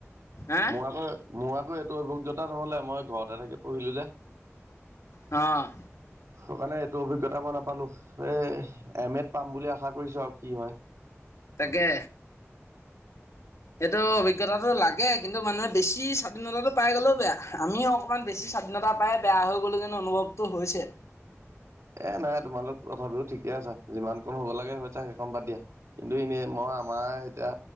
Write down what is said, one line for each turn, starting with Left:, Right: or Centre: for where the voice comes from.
Left: হা
Right: মই আকৌ মোৰ আকৌ এইটো অভিজ্ঞতা নহ'লে মই ঘৰতে থাকি পঢ়িলোঁ যে।
Left: অ'।
Right: সেইকাৰণে এইটো অভিজ্ঞতা মই নাপালোঁ। এ, এম এড পাম বুলি আশা কৰিছো আৰু কি হয়
Left: তাকে। এইটো অভিজ্ঞতাটো লাগে। কিন্তু মুহে বেছি স্বাধীনতাটো পাই গ'লেও বেয়া। আমিও অকণমান বেছি স্বাধীনতা পাই বেয়া হৈ গ'ল কিন্তো অনুভৱ টো হৈছে।
Right: এ, নাই তোমালোক তথাপিও ঠিকে আছা। যিমানকণ হ'ব লাগে সেইকণ বাদ দিয়া। কিন্তু এনেই মই আমাৰ এতিয়া